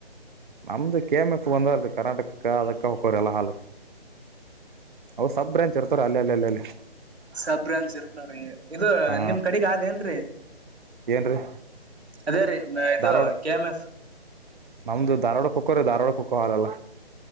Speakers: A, on the right; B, on the right.
A: ನಮ್ದು ಕೆ ಎಮಂ ಎಫ್ ಒಂದ ಅಲ್ರಿ ಕರ್ನಾಟಕಕ್ಕ ಅದಕ್ಕೆ ಹೊಕ್ಕರಿ ಎಲ್ಲ ಹಾಲ ಅವ ಸಬ್ ಬ್ರ್ಯಾಂಚ್ ಇರ್ತಾರ ಅಲ್ಲ ಅಲ್ಲಿ ಅಲ್ಲೆ ಅಲ್ಲಿ
B: ಸಬ್ ಬ್ರಾಂಚ್ ಇರ್ತಾರಿ ಇದು
A: ಹಾ
B: ನಿಮ್ಮ ಕಡೆಗ ಆದನ್ರೀ
A: ಏನ್ರೀ
B: ಅದೇರೀ ಇದು
A: ಧಾರವಾಡ
B: ಕೆ ಎಂ ಎಪ್.
A: ನಮ್ದು ಧಾರವಾಡ ಖೋರೆ ಧಾರವಾಡ ಹೋಕವ ಹಾಲಲ್ಲ.